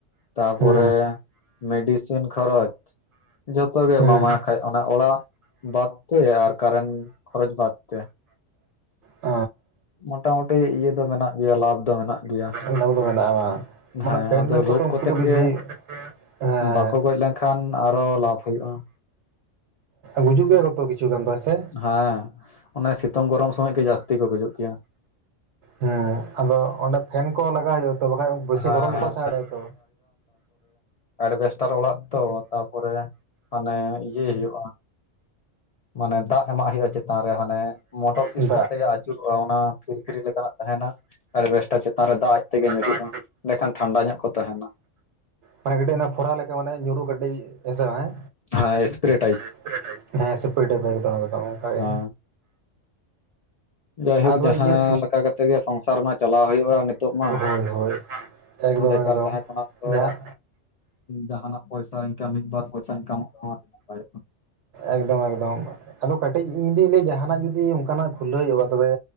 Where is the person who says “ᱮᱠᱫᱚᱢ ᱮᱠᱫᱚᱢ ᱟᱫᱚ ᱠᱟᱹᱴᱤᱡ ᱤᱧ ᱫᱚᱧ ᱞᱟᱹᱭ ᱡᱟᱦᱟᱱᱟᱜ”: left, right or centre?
Right